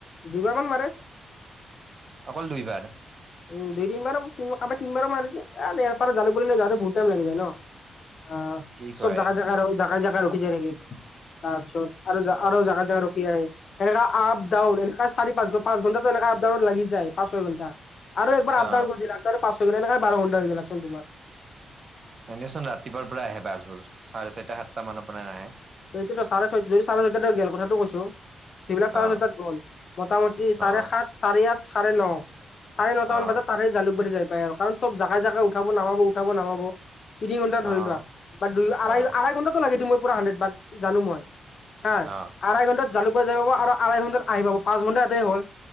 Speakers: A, on the left; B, on the right.
A: দুই বাৰ মান মাৰে
B: অকল দুইবাৰ
A: উম দুই তিনবাৰ তিনবাৰ মাৰে য এয়াৰ পৰা জালুকবাৰিলৈ যাওঁতে বহুত টাইম লাগি যায় ন অ
B: কি
A: চব
B: কয়
A: জাগা জাগা জাগা জাগা ৰখি যায় থাকে তাৰপিছত আৰু
B: অ
A: আৰু জাগাই জাগাই ৰখি আহে এনেকা আপ ডাউন এনে চাৰি পাঁচ পাঁচ ঘণ্টাটো এনেকা আপডাউনত লাগি যায়া পাঁচ ছয় ঘণ্টা আৰু একবাৰ
B: অ
A: আপডাউন কৰি তাৰে পাচঁ হৈ গ নাই বাৰ ঘণ্টা হৈ গ ল চোন তোমাৰ
B: এনেচোন ৰাতিপুৱাৰ পৰা আহে বাছবোৰ চাৰে চাৰিটা সাতটা মানৰ পৰা নাহে
A: সেইটোট চাৰে ছয় যদি চাৰে ছয়টা গেল কথাটো কৈছো যিবিলাক চাৰে
B: অ
A: চটাত গল মোটামুটি চাৰে
B: অ
A: সাত চাৰে আঠ চাৰে ন চাৰে নটাামান
B: অ',
A: বজাত তাৰে জালুকবাৰী যাই পায় অ কাৰণ চব জাগাই জোগাই উঠাব নামাব উঠাব নামাব তিনি ঘণ্টা
B: অ',
A: ধৰি লোৱা বা দুই আ
B: অ',
A: আঢাই ঘণ্টাটো লাগে তু মই পুৰা হাণ্ড্ৰেড বা জানো মই হা
B: অ',
A: আঢ়াই ঘন্টাত জালুকবাৰী যাই পাব আৰু আঢ়াই ঘন্টাত আহি পাব পাঁচ ঘণ্টা ইয়াতে হ'ল